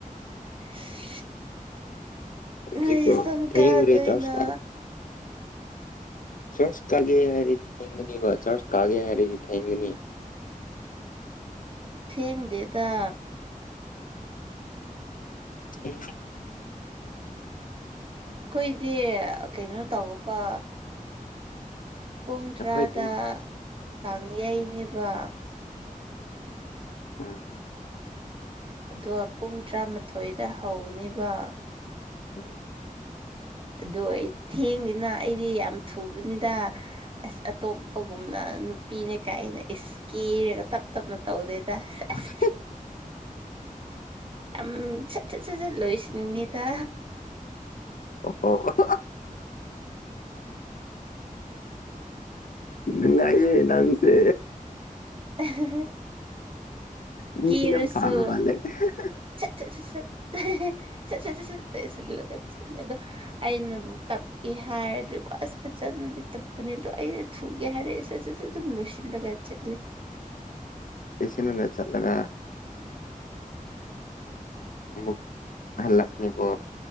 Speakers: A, on the right; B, on the left.
A: <unintelligible>
B: ꯍꯧꯖꯤꯛꯔꯣ
A: ꯂꯩ ꯁꯪꯀꯥꯗꯅ
B: ꯊꯦꯡꯈ꯭ꯔꯦ ꯆꯥꯔꯖ ꯆꯔꯁ ꯀꯥꯒꯦ ꯍꯥꯏꯔꯗꯤ ꯊꯦꯡꯒꯅꯤꯕ ꯆꯥꯔꯁ ꯀꯥꯒꯦ ꯍꯥꯏꯔꯗꯤ ꯊꯦꯡꯒꯅꯤ
A: ꯊꯦꯡꯗꯦꯗ
B: ꯍ
A: ꯑꯩꯈꯣꯏꯗꯤ ꯀꯩꯅꯣ ꯇꯧꯕ ꯄꯨꯡ ꯇꯔꯥꯗ
B: ꯅꯈꯣꯏꯗꯤ
A: ꯀꯥꯡꯌꯥꯩꯅꯦꯕ
B: ꯑꯥ
A: ꯑꯗꯣ ꯄꯨꯡ ꯇꯔꯥꯃꯥꯊꯣꯏꯗ ꯍꯧꯅꯦꯕ
B: ꯎꯝ
A: ꯑꯗꯨꯗꯣ ꯑꯩ ꯊꯦꯡꯉꯤꯅ ꯑꯩꯗꯤ ꯌꯥꯝ ꯊꯨꯕꯅꯤꯗ ꯑꯁ ꯑꯇꯣꯞꯄꯒꯨꯝꯅ ꯅꯨꯄꯤꯅꯦ ꯀꯥꯏꯅ ꯏꯁ ꯀꯦꯔꯒ ꯇꯞ ꯇꯞꯅ ꯇꯧꯗꯦꯗ ꯑꯁ
B: ꯏꯁꯀꯤ
A: ꯌꯥꯝ ꯁꯠ ꯁꯠ ꯁꯠ ꯁꯠ ꯂꯣꯏꯁꯤꯅꯤꯗ
B: ꯑꯣ ꯍꯣ ꯅꯨꯡꯉꯏ ꯅꯪꯁꯦ
A: <unintelligible>
B: ꯃꯤ
A: ꯀꯦꯔꯁꯨ
B: ꯌꯝ ꯊꯥꯃꯂ <unintelligible>
A: ꯁꯠ ꯁꯠ ꯁꯠ <unintelligible> ꯑꯩꯅꯕꯨ ꯇꯞꯀꯦ ꯍꯥꯏꯔꯗꯤꯀꯣ ꯑꯁ ꯐꯖꯅꯗꯤ ꯇꯞꯄꯅꯤꯗꯣ ꯑꯩꯅ ꯊꯨꯒꯦ ꯍꯥꯏꯔꯦꯁꯦꯁꯦ ꯁꯠ ꯁꯠ ꯁꯠ ꯑꯗꯨꯝ ꯂꯣꯏꯁꯤꯜꯂꯒ ꯆꯠꯂꯦ
B: ꯄꯦꯁꯦꯟ ꯒ ꯆꯠꯂꯒ ꯑꯃꯨꯛꯠ ꯍꯜꯂꯛꯅꯤꯕꯨ